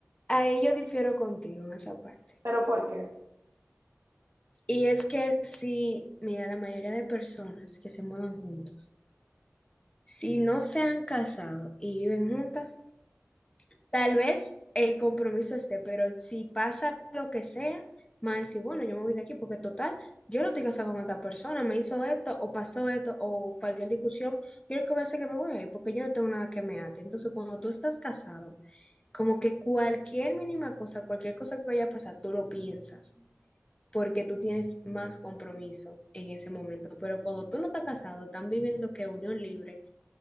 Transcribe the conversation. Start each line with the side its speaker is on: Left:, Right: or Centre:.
Left: Ahí yo difiero contigo en esa parte.
Right: ¿pero por qué?
Left: Y es que si, mira, la mayoría de personas que se mudan juntos, si no se han casado y viven juntas, tal vez el compromiso esté, pero si pasa lo que sea, más decir, bueno, yo me voy de aquí porque total, yo no estoy casada con esta persona, me hizo esto o pasó esto o cualquier discusión, yo lo que voy a hacer es que me voy a ir porque yo no tengo nada que me ate. Entonces, cuando tú estás casado, como que cualquier mínima cosa, cualquier cosa que vaya a pasar, tú lo piensas. porque tú tienes más compromiso en ese momento. Pero cuando tú no estás casado, están viviendo que unión libre,